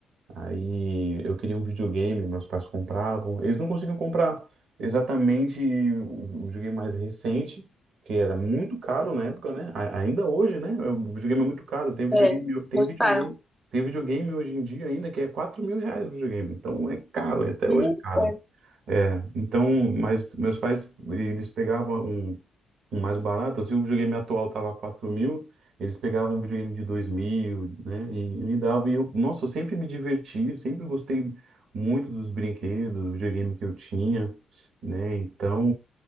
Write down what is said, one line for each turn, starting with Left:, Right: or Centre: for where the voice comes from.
Right: Aí eu queria um videogame, meus pais compravam. Eles não conseguiam comprar exatamente o o videogame mais recente, que era muito caro na época, né? A- Ainda hoje, né? É, O videogame é muito caro. Tem videogame,
Centre: é.
Right: tem
Centre: Muito
Right: videogame,
Centre: caro.
Right: tem videogame hoje em dia ainda que é quatro mil reais o videogame. Então é caro, até
Centre: Misericórdia,
Right: hoje é caro. É, então, mas meus pais, eles pegavam um um mais barato, se o videogame atual tava quatro mil, eles pegavam um videogame de dois mil, né, e, e me davam, e eu, nossa, eu sempre me diverti, eu sempre gostei muito dos brinquedos, do videogame que eu tinha, né, então